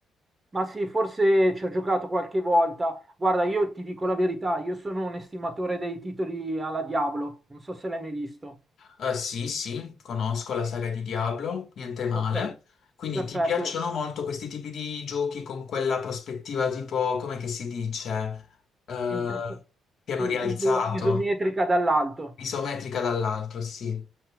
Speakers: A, on the right; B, on the left.
A: Ma sì, forse ci ho giocato qualche volta. Guarda, io ti dico la verità, io sono un estimatore dei titoli alla Diablo, non so se l'hai mai visto.
B: Eh, sì, sì, conosco la saga di Diablo, niente male.
A: Ok,
B: Quindi
A: perfetto.
B: ti piacciono molto questi tipi di giochi con quella prospettiva tipo, come che si dice? Eh,
A: In terzo-
B: piano
A: i-
B: rialzato.
A: iso- isometrica dall'alto.
B: isometrica dall'altro, sì.